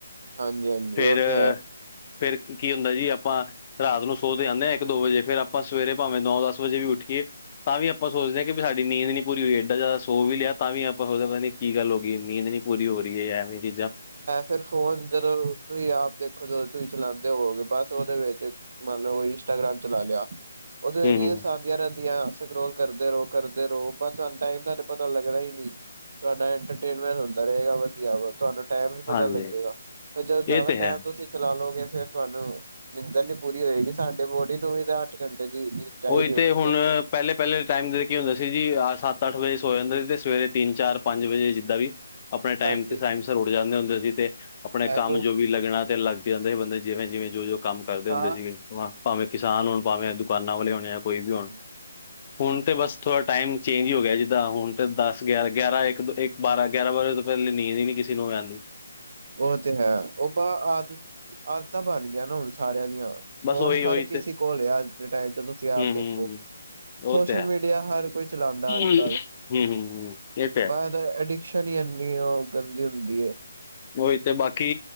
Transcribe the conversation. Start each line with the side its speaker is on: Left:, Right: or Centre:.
Right: ਹਾਂਜੀ-ਹਾਂਜੀ
Left: ਫੇਰ-
Right: ਉਹ ਤੇ ਹੈ
Left: ਫੇਰ ਕੀ ਹੁੰਦਾ ਜੀ ਆਪਾਂ ਰਾਤ ਨੂੰ ਸੌ ਤੇ ਜਾਦੇ ਹਾਂ ਇੱਕ-ਦੋ ਵਜੇ ਫੇਰ ਆਪਾਂ ਸਵੇਰੇ ਭਾਵੇਂ ਨੌ-ਦਸ ਵਜੇ ਵੀ ਉੱਠੀਏ ਤਾਂ ਵੀ ਆਪਾਂ ਸੋਚਦੇ ਹਾਂ ਕਿ ਵੀ ਸਾਡੀ ਨੀਂਦ ਨੀ ਪੂਰੀ ਹੋਈ ਏਡਾ ਜ਼ਿਆਦਾ ਸੋ ਵੀ ਲਿਆ ਤਾਂ ਵੀ ਆਪਾਂ ਸੋਚਦੇ ਪਤਾ ਨਹੀਂ ਕੀ ਗੱਲ ਹੋ ਗਈ ਨੀਂਦ ਨੀ ਪੂਰੀ ਹੋ ਰਹੀ ਹੈ ਯਾ ਐਵੇਂ ਚੀਜ਼ਾਂ
Right: ਫੇਰ ਫੋਨ ਜਦੋਂ ਤੁਸੀਂ ਆਪ ਦੇਖੋ ਜਦੋਂ ਤੁਸੀਂ ਚਲਾਉਂਦੇ ਹੋਵੋਗੇ ਬਸ ਉਹਦੇ ਵਿੱਚ ਮੰਨ ਲਉ ਇੰਸਟਾਗ੍ਰਾਮ ਚਲਾ ਲਿਆ। ਉਹਦੇ
Left: ਹੂੰ
Right: ਰੀਲਸ
Left: ਹੂੰ
Right: ਆਉਂਦੀਆਂ ਰਹਿੰਦੀਆਂ ਸਕਰੋਲ ਕਰਦੇ ਰਹੋ-ਕਰਦੇ ਰਹੋ ਪਰ ਤੁਹਾਨੂੰ ਟਾਈਮ ਤੁਹਾਨੂੰ ਪਤਾ ਲੱ ਗਣਾ ਵੀ ਨੀ ਤੁਹਾਡਾ ਇੰਟਰਟੇਨਮੈਂਟ ਹੁੰਦਾ ਰਹੇਗਾ ਵਧੀਆ ਵਾ ਟਾਈਮ ਨੀ ਪਤਾ
Left: ਹਾਂਜੀ
Right: ਲੱਗੇਗਾ ਫੇਰ ਜਦੋਂ ਜ਼ਿਆਦਾ
Left: ਇਹ ਤੇ
Right: ਟਾਈਮ
Left: ਹੈ
Right: ਤੁਸੀਂ ਚਲਾ ਲਓਗੇ ਫੇਰ ਤੁਹਾਨੂੰ ਨਿੰਦਰ‌ ਨੀ ਪੂਰੀ ਹੋਏਗੀ ਸਾਡੇ ਬੋਡੀ ਨੂੰ ਵੀ ਤਾਂ ਅੱਠ ਘੰਟੇ ਦੀ ਨੀਂਦ ਚਾਹੀਦੀ
Left: ਉਹੀ
Right: ਹੁੰਦੀ
Left: ਤੇ ਹੁਣ
Right: ਹੈ
Left: ਪਹਿਲੇ- ਪਹਿਲੇ ਟਾਈਮ ਦੇ ਕੀ ਹੁੰਦਾ ਸੀ ਜੀ ਸੱਤ-ਅੱਠ ਵਜੇ ਸੋ ਜਾਂਦਾ ਸੀ ਤੇ ਸਵੇਰੇ ਤਿੰਨ- ਚਾਰ- ਪੰਜ ਵਜੇ ਜਿੱਦਾਂ ਵੀ ਆਪਣੇ ਟਾਈਮ
Right: ਹਾਂਜੀ
Left: ਤੇ ਸਾਈਮ ਸਰ ਉੱਠ ਜਾਂਦੇ ਹੁੰਦੇ ਸੀ ਤੇ ਆਪਣੇ
Right: ਹੈਲੋ
Left: ਕੰਮ ਜੋ ਵੀ ਲੱਗਣਾ ਤੇ ਲੱਗ ਜਾਂਦੇ ਬੰਦੇ ਜਿਵੇਂ-ਜਿਵੇਂ ਜੋ- ਜੋ ਕੰਮ ਕਰਦੇ
Right: ਹਾਂ
Left: ਹੁੰਦੇ ਸੀਗੇ ਭਾਵੇਂ ਕਿਸਾਨ ਹੋਣ ਭਾਵੇਂ ਦੁਕਾਨਾਂ ਵਾਲੇ ਹੋਣ। ਜਾਂ ਕੋਈ ਵੀ ਹੋਣ।
Right: <inaudible>
Left: ਹੁਣ ਤੇ ਬਸ ਥੋੜਾ ਟਾਈਮ ਚੇਂਜ ਈ ਹੋ ਗਿਆ ਜਿੱਦਾਂ ਹੁਣ ਤੇ ਦਸ-ਗਿਆਰਾਂ, ਗਿਆਰਾਂ- ਇੱਕ -ਦੋ -ਇੱਕ ਬਾਰਾਂ-ਗਿਆਰਾਂ ਵਜੇ ਤੋਂ ਪਹਿਲੇ ਨੀਂਦ ਹੀ ਨੀ ਕਿਸੇ ਨੂੰ ਨਹੀਂ ਆਦੀ।
Right: ਉਹ ਤੇ ਹੈ, ਉਹ ਤਾਂ ਆਦਤ ਆਦਤਾਂ ਬਣ ਗਈਆਂ ਨਾ ਹੁਣ ਸਾਰਿਆਂ ਦੀਆਂ,
Left: ਬਸ
Right: ਹੁਣ
Left: ਉਹੀ
Right: ਹਰ
Left: ਉਹੀ
Right: ਕਿਸੇ
Left: ਤੇ
Right: ਕੋਲ ਆ ਅੱਜ ਦੇ ਟਾਈਮ ਚ ਜੀ। ਤੁਸੀਂ
Left: ਹਮ
Right: ਆਪ ਦੇਖੋ।
Left: ਹਮ ਹਮ ਉਹ
Right: ਸੋਸ਼ਲ
Left: ਤੇ ਹੈ
Right: ਮੀਡੀਆ ਹਰ ਕੋਈ ਚਲਾਉਂਦਾ
Left: ਹਮ
Right: ਅੱਜ ਕੱਲ,
Left: ਹਮ ਹਮ ਇਹ ਤੇ ਹੈ
Right: ਪਰ- ਅਡਿਕਸ਼ਨ ਈ ਐਨੀ ਓਹ ਗੰਦੀ ਹੁੰਦੀ ਏ।
Left: ਉਹੀ ਤੇ ਬਾਕੀ